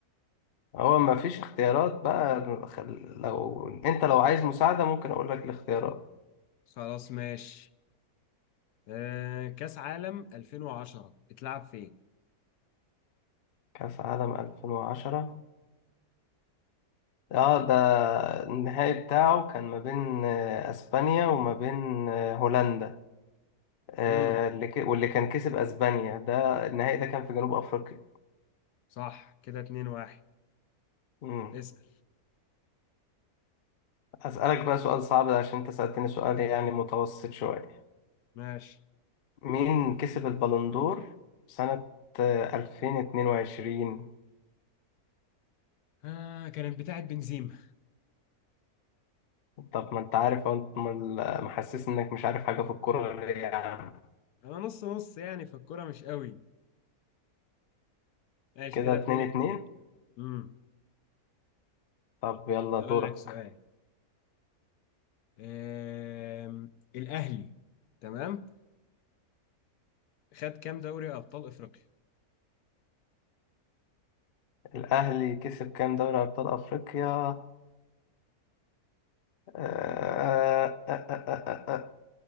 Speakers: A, on the left; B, on the left.
A: هو ما فيش اختيارات بقى خل- لو انت لو عايز مساعدة ممكن اقول لك الاختيارات
B: خلاص ماشي آه كأس عالم 2010 اتلعب فين؟
A: كأس عالم 2010 اه ده النهائي بتاعه كان ما بين آه، اسبانيا وما بين آه، هولندا آه،
B: امم
A: اللي ك- واللي كان كسب اسبانيا ده النهائي ده كان في جنوب افريقيا
B: صح كده 2 1
A: مم.
B: اسأل
A: اسألك بقى سؤال صعب عشان انت سألتني سؤال يعني متوسط شوية
B: ماشي
A: مين كسب البالندور سنة 2022
B: آه كانت بتاعت بنزيما
A: طب ما انت عارف اهو، انت م- محسس انك مش عارف حاجة في الكورة ليه يا عم
B: انا نص نص يعني في الكورة مش قوي ماشي
A: كده
B: كده
A: اتنين
B: 2 2
A: اتنين
B: امم
A: طب يلا
B: هقول
A: دورك
B: لك سؤال آه الأهلي تمام خد كام دوري أبطال أفريقيا؟
A: الأهلي كسب كام دوري أبطال أفريقيا آه، آه، آه، آه، آه. آه، آه.